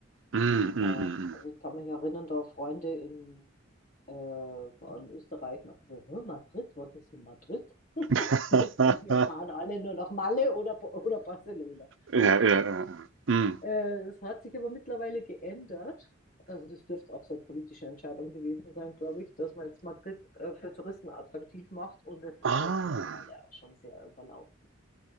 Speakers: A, on the right; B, on the left.
A: Mm, mm, mm,
B: Äh,
A: mm.
B: also ich kann mich erinnern, da Freunde in äh, vor allem Österreich meinten so, "Hä, Madrid, was ist in Madrid?
A: <laughs>
B: <laughs> Wir, wir fahren alle nur nach Malle oder, oder Barcelona.
A: Ja, ja, ja. ja. Mm.
B: Äh, das hat sich aber mittlerweile geändert. Also das dürfte auch so eine politische Entscheidung gewesen sein, glaube ich, dass man jetzt Madrid äh, für Touristen attraktiv macht und es ist
A: Ah,
B: halt mittlerweile auch schon sehr überlaufen.